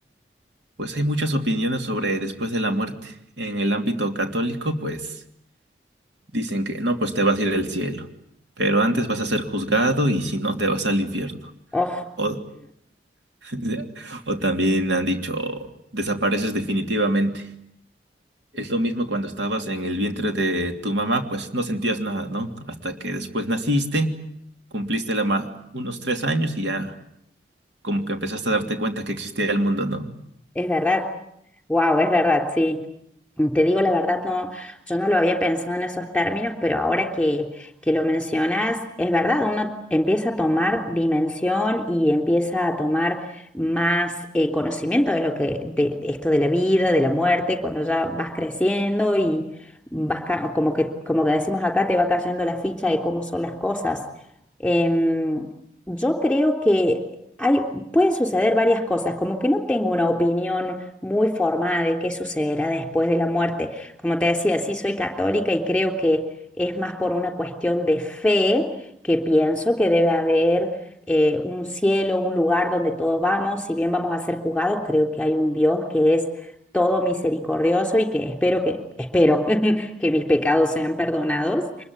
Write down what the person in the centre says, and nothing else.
Oh,
es verdad. Wow, es verdad, sí. Te digo la verdad, no, yo no lo había pensado en esos términos, pero ahora que, que lo mencionas, es verdad, uno empieza a tomar dimensión y empieza a tomar más eh, conocimiento de lo que, de esto de la vida, de la muerte, cuando ya vas creciendo y vas ca- como que, como que decimos acá, te va cayendo la ficha de cómo son las cosas. Em, yo creo que hay, pueden suceder varias cosas, como que no tengo una opinión muy formada de qué sucederá después de la muerte. Como te decía, sí soy católica y creo que es más por una cuestión de fe que pienso que debe haber eh, un cielo, un lugar donde todos vamos, si bien vamos a ser juzgados, creo que hay un Dios que es todo misericordioso y que espero que, espero <laughs> que mis pecados sean perdonados